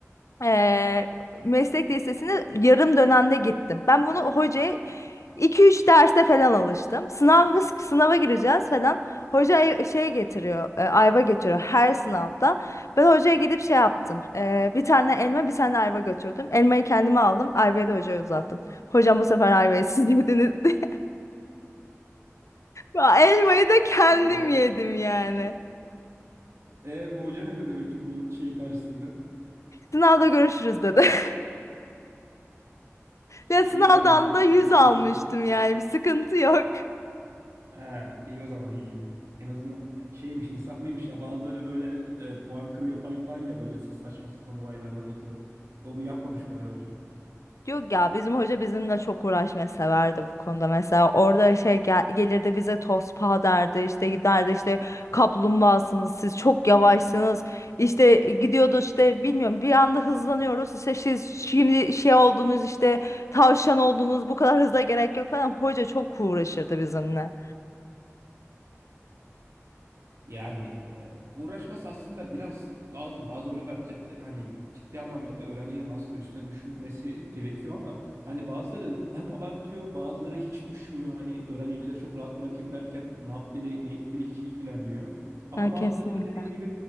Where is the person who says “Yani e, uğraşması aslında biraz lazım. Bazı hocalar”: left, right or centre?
Right